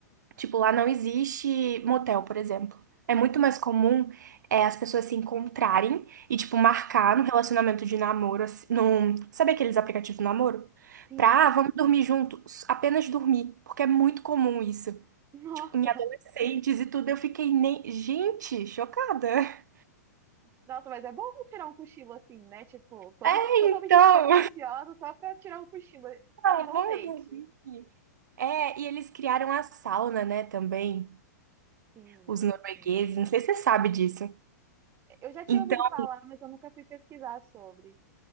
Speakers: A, on the right; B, on the right.
A: Tipo, lá não existe motel, por exemplo. É muito mais comum é, as pessoas se encontrarem e, tipo, marcar no relacionamento de namoro, assim, num... sabe aqueles aplicativos de namoro?
B: sim.
A: Pra, ah, vamos dormir juntos, apenas dormir, porque é muito comum isso.
B: Nossa,
A: Tipo, em adolescentes e tudo, eu fiquei nem... Gente, chocada.
B: nossa, mas é bom tirar um cochilo assim, né? Tipo, todo,
A: É,
B: totalmente
A: então,
B: despretensiosa, só pra tirar um cochilo. É
A: <laughs> ah,
B: um bom
A: vamos
B: date.
A: dormir. É, e eles criaram a sauna, né, também,
B: Sim,
A: os noruegueses,
B: sim.
A: não sei se você sabe disso.
B: Eu já tinha
A: Então,
B: ouvido falar, mas eu nunca fui pesquisar sobre.